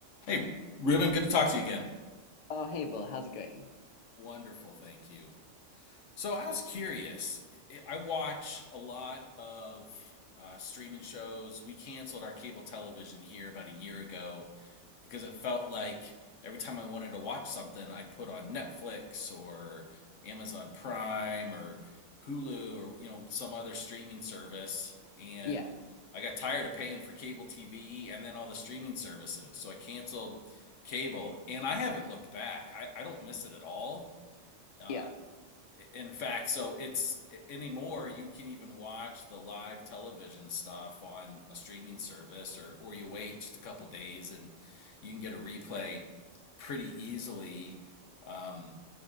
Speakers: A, on the left; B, on the left.
A: Hey, Ruben, good to talk to you again.
B: Oh, hey Bill, how's it going?
A: Wonderful, thank you. So I was curious. I- watch a lot of uh, streaming shows. We canceled our cable television here about a year ago because it felt like every time I wanted to watch something, I'd put on Netflix or Amazon Prime or Hulu or you know some other streaming service, and
B: Yeah,
A: I got tired of paying for cable TV and then all the streaming services. So I canceled cable, and I haven't looked back. I, I don't miss it at all. Uh,
B: yeah.
A: in fact, so it's anymore you can even watch the live television stuff on a streaming service or or you wait just a couple days and you can get a replay pretty easily. Um,